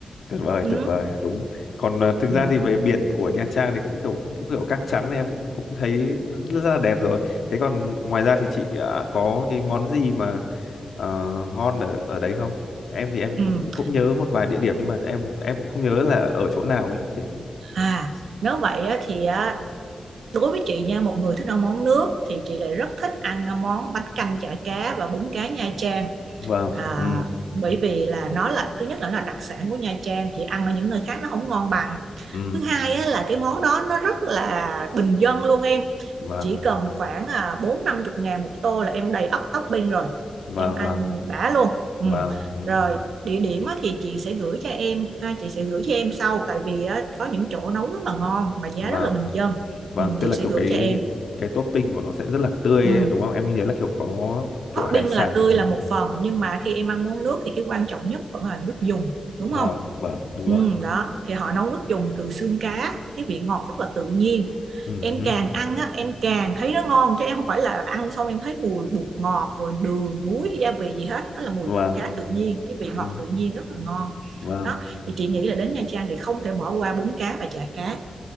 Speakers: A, on the left; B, on the right.
A: tuyệt vời
B: ừ
A: tuyệt vời đúng còn à, thực
B: ừ,
A: ra thì về biển của Nha Trang thì cũng kiểu cũng kiểu cát trắng thì em cũng cũng thấy rất, rất là đẹp rồi thế còn ngoài ra thì chị à, có cái món gì mà ờ, ngon ở ở đấy không em thì em
B: ừ.
A: cũng cũng nhớ một vài địa điểm nhưng mà em em cũng không nhớ là ở chỗ nào ấy kiểu
B: à nếu vậy á, thì á, Đối với chị nha, một người thích ăn món nước thì chị lại rất thích ăn món bánh canh chả cá và bún cá Nha Trang.
A: vâng
B: À,
A: ừ
B: bởi vì là nó là thứ nhất là nó là đặc sản của Nha Trang, chị ăn ở những nơi khác nó không ngon bằng.
A: ừ
B: Thứ hai á, là cái món đó nó rất là bình dân luôn em.
A: vâng
B: Chỉ cần khoảng à, bốn năm chục ngàn một tô là em đầy ắp topping rồi.
A: vâng
B: Em ăn
A: vâng
B: đã luôn. Ừ.
A: vâng ừ,
B: Rồi địa điểm á, thì chị sẽ gửi cho em ha, chị sẽ gửi cho em sau tại vì á, có những chỗ nấu rất là ngon mà giá
A: vâng
B: rất là bình dân.
A: vâng
B: Ừ,
A: tức
B: chị
A: là
B: sẽ
A: kiểu
B: gửi
A: cái
B: cho em
A: cái topping của nó sẽ rất là tươi
B: Ừ.
A: ấy, đúng không em nhớ là kiểu có kiểu
B: Topping
A: hải sản
B: là tươi
A: ừ
B: là một phần nhưng mà khi em ăn món nước thì cái quan trọng nhất vẫn là nước dùng đúng
A: vâng
B: không?
A: vâng đúng
B: Ừ,
A: rồi
B: đó thì họ nấu nước dùng từ xương cá cái vị ngọt rất là tự nhiên
A: Ừ,
B: em
A: hứ,
B: càng ăn á em càng thấy nó ngon chứ em không phải là ăn xong em thấy mùi bột ngọt rồi đường muối gia vị gì hết nó là mùi
A: vâng,
B: cá tự nhiên cái vị
A: ừ,
B: ngọt tự nhiên rất là ngon
A: vâng.
B: đó thì chị nghĩ là đến Nha Trang thì không thể bỏ qua bún cá và chả cá